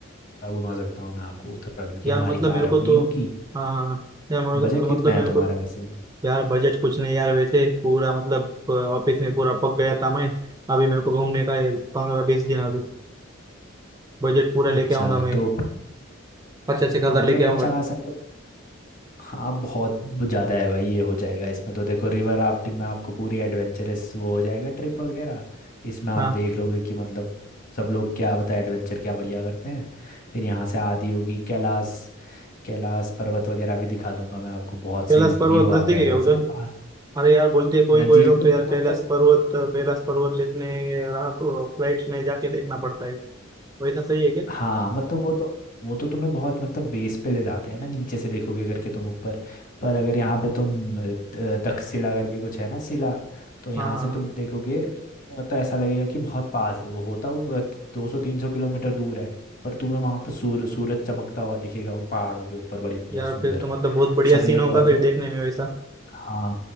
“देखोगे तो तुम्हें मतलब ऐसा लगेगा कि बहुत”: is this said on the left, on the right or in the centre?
Left